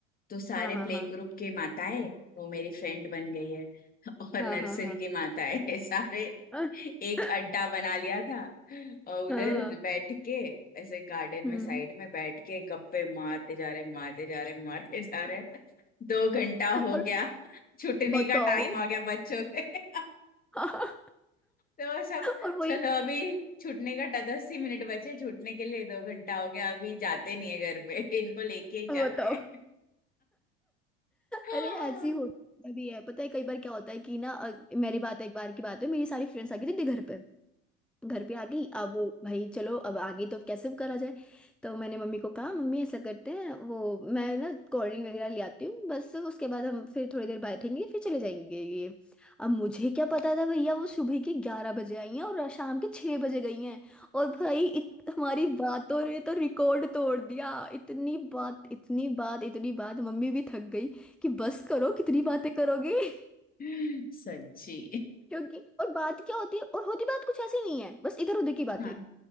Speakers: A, on the left (about 25°); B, in the centre.
A: तो सारे
B: हाँ
A: प्ले
B: हाँ
A: ग्रुप के माताएं वो मेरी फ्रेंड बन गई है <laughs> और
B: हाँ
A: नर्सरी
B: हाँ हाँ
A: के माताएं <laughs> सारे
B: हाँ
A: एक
B: <laughs>
A: अड्डा बना लिया था और उधर
B: हाँ हाँ
A: बैठ के ऐसे गार्डन
B: हम्म
A: में साइड में बैठ के गप्पे मारते जा रहे मारते जा रहे मारते जा रहे दो घंटा हो
B: और
A: गया छुटने
B: बताओ
A: का टाइम आ गया बच्चों के <laughs>
B: <laughs> हाँ।
A: तो सब
B: और वही
A: चलो अभी छूटने का ड- दस ही मिनट बचे छूटने के लिए दो घंटा हो गया अभी जाते नहीं है घर पे <laughs> इनको लेके ही जाते
B: बताओ
A: हैं हाँ
B: अरे ऐसी होता भी है पता है कई बार क्या होता है कि ना अ, मेरी बात है एक बार की बात है मेरी सारी फ्रेंड्स आ गई थी घर पर घर पे आ गई अब भाई चलो अब आगे तो कैसे भी करा जाए तो मैंने मम्मी को कहा मम्मी ऐसा करते हैं वो मैं ना कोल्ड ड्रिंक वगैरह ले आती हूँ बस उसके बाद हम फिर थोड़ी देर बैठेंगे फिर चले जाएंगे ये अब मुझे क्या पता था भैया वो सुबह के ग्यारह बजे आई हैं और शाम के छः बजे गई हैं और भाई इत, हमारी बातों ने तो रिकॉर्ड तोड़ दिया इतनी बात इतनी बात इतनी बात मम्मी भी थक गई कि बस करो कितनी बातें करोगे <laughs>
A: <laughs> सच्ची
B: क्योंकि और बात क्या होती है और होती बात कुछ ऐसी नहीं है बस इधर उधर की बातें
A: हाँ